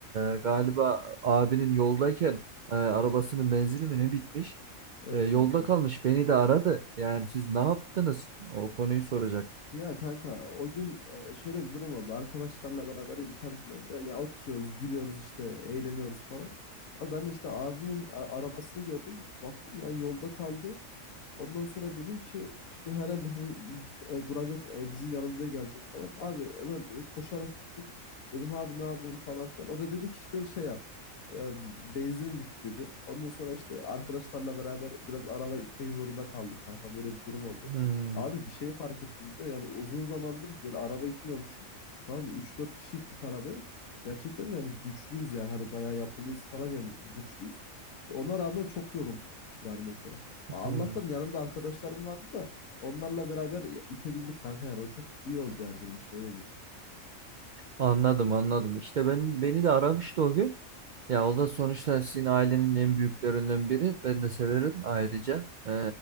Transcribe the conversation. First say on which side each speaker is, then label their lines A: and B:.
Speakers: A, on the right (about 85°); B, on the left (about 85°).
A: e, galiba abinin yoldayken e, arabasının benzini mi ne bitmiş?
B: evet
A: E, yolda
B: kanka.
A: kalmış beni de aradı. Yani siz ne yaptınız? O konuyu soracak.
B: Ya kanka o gün e, şöyle bir durum oldu. Arkadaşlarla beraber internetin önünde ya oturuyoruz, gülüyoruz işte, eğleniyoruz falan. Abi ben de işte abimin a- arabasını gördüm. Baktım ya yolda kaldı. Ondan sonra dedim ki işte herhalde hani e, duracak e, bizim yanımıza gelecek falan. Abi hemen e, koşarak gittik. Dedim abi ne yapıyorsun falan filan. O da dedi ki işte şey yap. e, benzin bitti dedi. Ondan sonra işte arkadaşlarla beraber biraz araba itmek zorunda kaldık kanka. Böyle bir durum oldu.
A: Hmm,
B: Abi bir şey fark ettim de yani uzun zamandır böyle araba itmiyormuşum. Tamam mı? 3-4 kişi ittik arabayı. Gerçekten de yani güçlüyüz yani hani bayağı yapılıyız falan yani güçlüyüz. Ona rağmen çok yoruldum yani mesela. Allah'tan
A: hmm.
B: yanımda arkadaşlarım vardı da onlarla beraber itebildik kanka yani o çok iyi oldu yani benim için öyle değil.
A: Anladım anladım. İşte ben beni de aramıştı o gün. Ya o da sonuçta sizin ailenin en büyüklerinden biri. Ben de severim ayrıca. Ee,